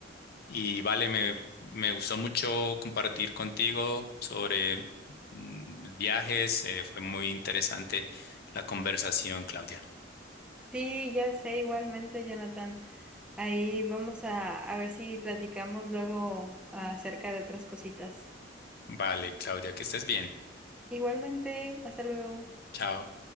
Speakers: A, on the left; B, in the centre.
A: y vale, me, me gustó mucho compartir contigo sobre mm, viajes, eh, fue muy interesante la conversación, Claudia.
B: Sí, ya sé, igualmente, Jonathan. Ahí vamos a, a ver si platicamos luego acerca de otras cositas.
A: Vale, Claudia, que estés bien.
B: Igualmente, hasta luego.
A: Chao.